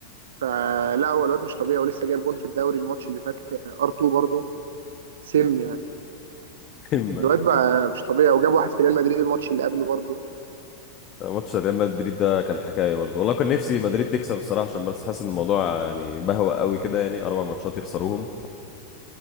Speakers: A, on the right; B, on the left.
A: فلا هو الواد مش طبيعي ولسه جايب جون في الدوري الماتش اللي فات ار 2 برضه سم يعني
B: <laughs>
A: الواد بقى مش طبيعي وجاب واحد في ريال مدريد الماتش اللي قبله برضه
B: ماتش ريال مدريد ده كان حكايه برضه والله كان نفسي مدريد تكسب الصراحه عشان بس حاسس ان الموضوع يعني بهوى قوي كده يعني اربع ماتشات يخسروهم